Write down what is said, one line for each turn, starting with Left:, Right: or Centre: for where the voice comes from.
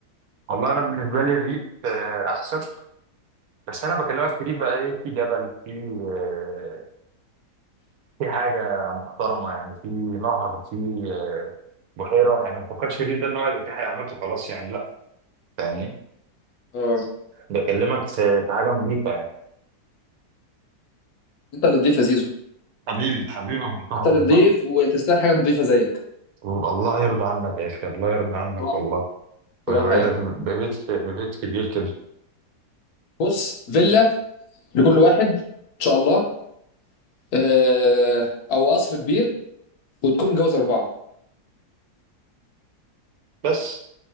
Right: والله انا بالنسبه لي الريف آه، احسن بس انا بكلمك في ريف بقى ايه في جبل في آه، في حاجه محترمه يعني في نهر في آه، بحيره يعني ما تفكرش الريف ده ان هو يبقى فيه حيوانات وخلاص يعني لا يعني
Left: اه
Right: بكلمك في في حاجه نظيفه يعني
Left: انت اللي نضيف يا زيزو
Right: حبيبي حبيبي يا محترم
Left: انت اللي
Right: والله
Left: نضيف وتستاهل حاجه نضيفه زيك
Right: الله يرضى عنك يا اخي الله يرضى عنك
Left: صراحه
Right: والله
Left: صراحه
Right: ويوعدك
Left: يعني
Right: ببيت ببيت كبير كده
Left: بص فيلا لكل واحد ان شاء الله اه او قصر كبير وتكون متجوز اربعه
Right: بس